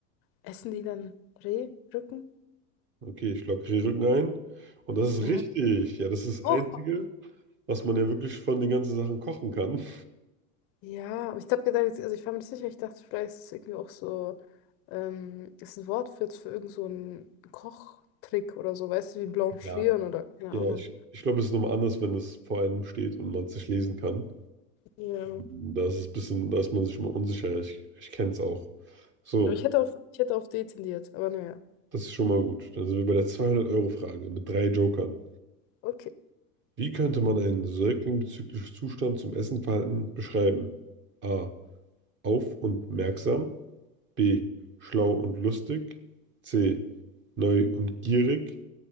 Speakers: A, on the left; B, on the right.
A: essen die dann Rehrücken.
B: Okay, ich logge Re, Rücken ein. Und das ist
A: Ja.
B: richtig. Ja, das ist das
A: Oh.
B: Einzige, was man ja wirklich von den ganzen Sachen kochen kann.
A: Ja, aber ich habe gedacht, jetzt- also ich war mir nicht sicher, ich dachte, vielleicht ist es irgendwie auch so, ähm, ist ein Wort für, für irgend so einen Kochtrick oder so, weißt du, wie blanchieren
B: Ja.
A: oder keine
B: Ja,
A: Ahnung.
B: ich, ich glaube, es ist nochmal anders, wenn es vor einem steht und man es nicht lesen kann.
A: Ja.
B: Da ist es ein bisschen, da ist man sich schon mal unsicher. Ich, ich kenne es auch. So,
A: Aber ich hätte auf, ich hätte auf D tendiert, aber naja.
B: das ist schon mal gut. Dann sind wir bei der zweihundert euro frage mit drei Jokern.
A: Okay.
B: Wie könnte man einen Säugling bezüglich Zustand zum Essenverhalten beschreiben? A. Auf und merksam. B. Schlau und lustig. C. Neu und gierig.